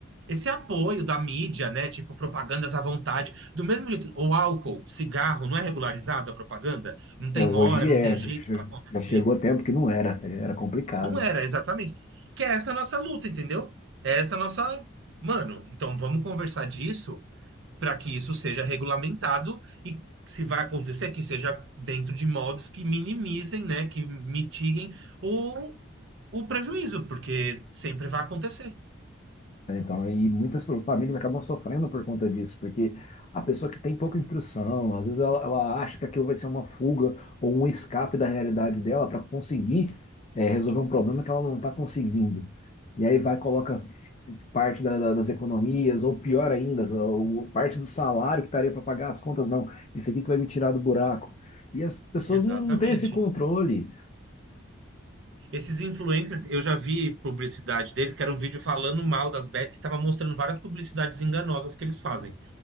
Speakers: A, on the right; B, on the left.
A: esse apoio da mídia, né? Tipo, propagandas à vontade. Do mesmo jeito, o álcool, cigarro, não é regularizado a propaganda? Não tem
B: É, hoje
A: hora, não
B: é,
A: tem jeito
B: já
A: para acontecer.
B: já chegou tempo que não era, era complicado.
A: Não era, exatamente. Que é essa a nossa luta, entendeu? É essa a nossa. Mano, então vamos conversar disso para que isso seja regulamentado e se vai acontecer que seja dentro de modos que minimizem, né, que mitiguem o, o prejuízo, porque sempre vai acontecer.
B: né? Então, e muitas famílias acabam sofrendo por conta disso, porque a pessoa que tem pouca instrução, às vezes ela, ela acha que aquilo vai ser uma fuga ou um escape da realidade dela para conseguir é, resolver um problema que ela não está conseguindo. E aí vai, coloca parte da- da- das economias, ou pior ainda, o- parte do salário que estaria para pagar as contas, não, isso aqui que vai me tirar do buraco. E as pessoas
A: Exatamente.
B: não têm esse controle.
A: Esses influencers, eu já vi publicidade deles, que era um vídeo falando mal das bets e estava mostrando várias publicidades enganosas que eles fazem.